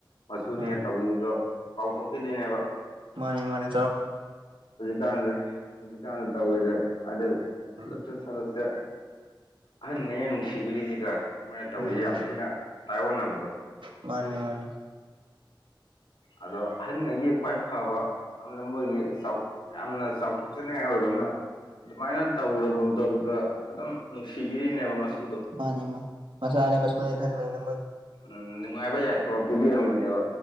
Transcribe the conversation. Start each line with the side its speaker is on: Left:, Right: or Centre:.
Left: ꯃꯆꯨꯅꯦ
Right: ꯎꯝ
Left: ꯇꯧꯕꯤꯕꯗꯣ ꯀꯥꯎꯊꯣꯛꯈꯤꯗꯣꯏꯅꯦꯕ
Right: ꯃꯥꯅꯦ ꯃꯥꯅꯦ
Left: ꯍꯧꯖꯤꯛ ꯀꯥꯦ ꯍꯧꯖꯤ ꯀꯅ ꯇꯧꯔꯤꯁꯦ ꯍꯥꯏꯗꯤ
Right: ꯎꯝ
Left: ꯁꯗꯁꯦ ꯑꯍꯟ ꯒꯩꯅ ꯅꯨꯡꯁꯤꯕꯤꯔꯤꯁꯤꯒ ꯃ‌ꯣꯏꯅ ꯇꯧ
Right: ꯎꯝ
Left: <inaudible> ꯌꯥꯝ ꯊꯤꯅ ꯇꯥꯏꯌꯣꯟꯅꯕꯗꯣ
Right: ꯃꯥꯅꯤ ꯃꯥꯅꯤ
Left: ꯑꯗꯣ ꯑꯍꯟꯉꯩꯒꯤ ꯈ꯭ꯋꯥꯏ ꯐꯕ ꯌꯥꯝꯅ ꯃꯣꯏꯒꯤ ꯆꯥꯎ ꯌꯥꯝꯅ ꯆꯥꯎꯊꯣꯛꯆꯅꯤꯡꯉꯥꯏ ꯑꯣꯏꯕ ꯑꯃꯅ ꯑꯗꯨꯃꯥꯏꯅ ꯇꯧꯔꯕꯗꯧꯗ ꯑꯗꯨꯝ ꯅꯨꯡꯁꯤꯕꯤꯔꯤꯅꯦꯕ ꯃꯆꯁꯨꯗꯣ
Right: ꯃꯥꯅꯦ ꯃꯥ ꯃꯁꯥꯅ‌ꯦ ꯃꯁꯨꯅ‌ꯦ ꯈꯟꯕꯅ‌ꯦ
Left: ꯎꯝ ꯅꯨꯡꯉꯥꯏꯕ ꯌꯥꯏꯐꯕ ꯄꯤꯕꯤꯔꯝꯃꯤꯅꯦꯕ